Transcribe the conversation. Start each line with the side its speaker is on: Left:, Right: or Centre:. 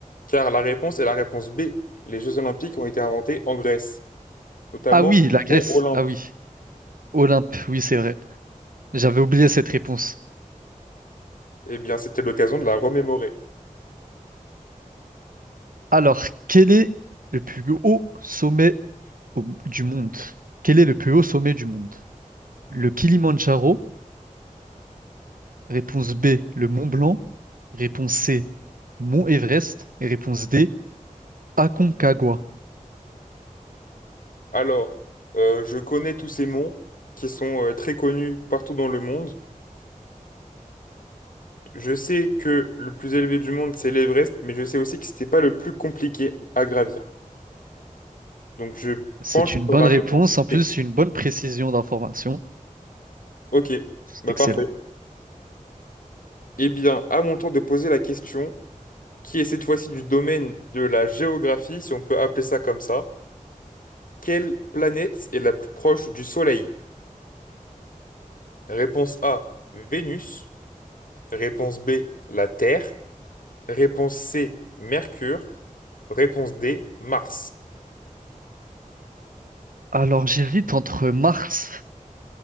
Left: car la réponse est la réponse B. Les Jeux Olympiques ont été inventés en Grèce, notamment
Right: Ah oui, la Grèce.
Left: au mont Olympe.
Right: Ah oui, Olympe. Oui, c'est vrai. J'avais oublié cette réponse.
Left: Eh bien, c'était l'occasion de la remémorer.
Right: Alors, quel est le plus haut sommet au- du monde? Quel est le plus haut sommet du monde? Le Kilimandjaro Réponse B, le Mont Blanc. Réponse C, Mont Everest. Et réponse D, Aconcagua.
Left: Alors, euh, je connais tous ces monts qui sont euh, très connus partout dans le monde. Je sais que le plus élevé du monde, c'est l'Everest, mais je sais aussi que c'était pas le plus compliqué à gravir. Donc, je
Right: C'est
Left: penche
Right: une
Left: sur
Right: bonne
Left: la
Right: réponse,
Left: réponse
Right: en plus
Left: B.
Right: une bonne précision d'information.
Left: Ok,
Right: C'est
Left: bah
Right: excellent.
Left: parfait. Eh bien, à mon tour de poser la question, qui est cette fois-ci du domaine de la géographie, si on peut appeler ça comme ça. Quelle planète est la plus proche du Soleil? Réponse A, Vénus. Réponse B, la Terre. Réponse C, Mercure. Réponse D, Mars.
Right: Alors j'hésite entre Mars